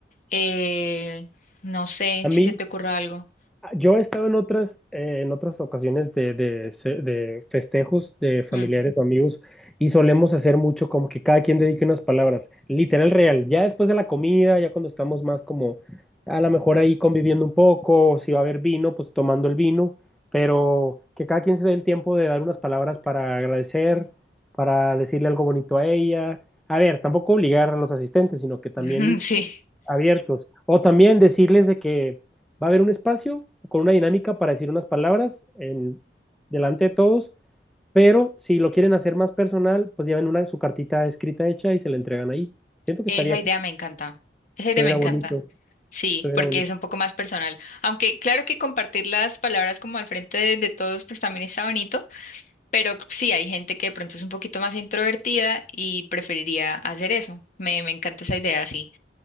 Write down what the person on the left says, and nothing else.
eh, no sé
si
se te ocurre algo.
Mm.
<laughs> Sí,
esa
idea me encanta, esa
idea me encanta.
Sí,
porque
es un poco más personal. Aunque claro que compartir las palabras como al frente de, de todos, pues también está bonito, pero sí hay gente que de pronto es un poquito más introvertida y preferiría hacer eso. Me, me encanta esa idea, sí,